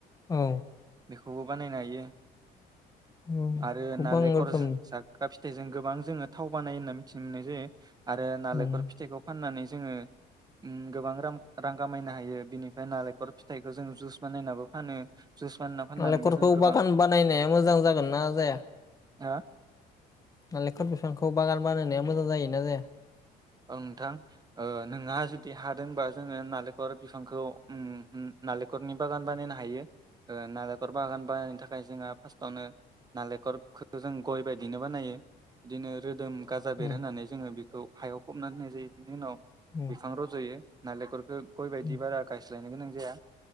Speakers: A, on the left (about 20°); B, on the right (about 25°).
A: औ
B: बेखौबो बानायनो हायो।
A: औ
B: आरो
A: गोबां
B: नालेंखर
A: रोखोमनि
B: जाग्रा फि बेजों गोबां जोङो थाव बानाय होनना मिथिनो मोननाय जायो। आरो नालेंखर
A: उम
B: फिथाइखौ फाननानै जोङो ओ गोबां रां रां खामायनो हायो बिनिफ्राय नालें खर फिथाइखौ जों जुस बानायनाबो फानो। जुस बानायना फाननानैबो
A: नालेंखरखौ
B: जों गोबां
A: बागान बानायनाया मोजां जागोन ना जाया?
B: हा
A: नालेंखर बिफांखौ बागान बानायनाया मोजां जायो ना जाया?
B: ओं नोंथां ओ नोंहा जुदि हादोंबा जोङो नालेंखर बिफांखौ ओम ओ नालेंखरनि बागान बानायनो हायो। ओ नारेंखल बागान बानायनो थाखाय जोंहा फार्स्टआवनो नालेंखरखौ जों गय बायदिनो बानायो बिदिनो रोदोम गाजा बेर
A: उम
B: होनानै जोङो बेखौ फबनाय होननाय जायो बिनि उनाव
A: उम
B: बिफां रज'यो। नालेंखरखौ गय बायदि
A: उम
B: बारा गाय सायनो गोनां जाया